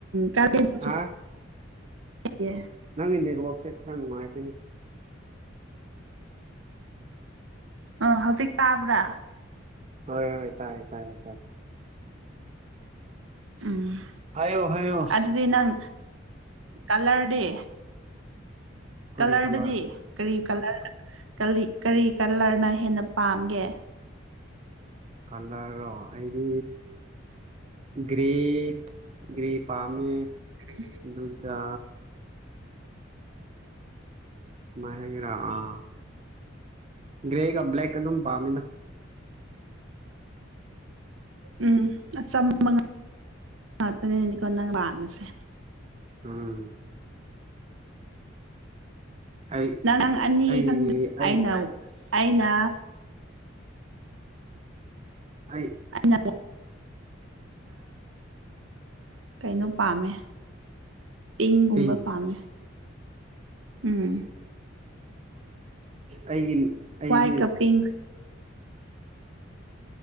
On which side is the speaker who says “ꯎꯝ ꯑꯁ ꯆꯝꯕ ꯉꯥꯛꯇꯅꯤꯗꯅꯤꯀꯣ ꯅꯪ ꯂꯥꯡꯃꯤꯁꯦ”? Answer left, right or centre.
Right